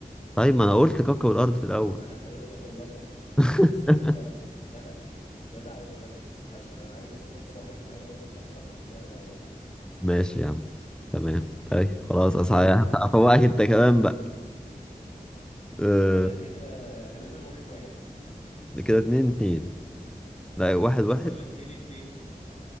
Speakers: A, in the centre; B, on the left.
A: طيب ما أنا قلت كوكب الأرض في الأول
B: انا حاولت اغلطك بس
A: <laughs>
B: انت لا جدع جدع ومركز عشان انا عايز اشوفك صاحي معايا ومصحصح في اللعبة ولا لا
A: ماشي يا عم تمام طيب خلاص أصحى
B: اسأل يا باشا
A: هفوقك <laughs> أنت كمان بقى أه
B: انا كده غالبا واحد واحد
A: كده اتنين اتنين لا واحد واحد
B: ولا اتنين اتنين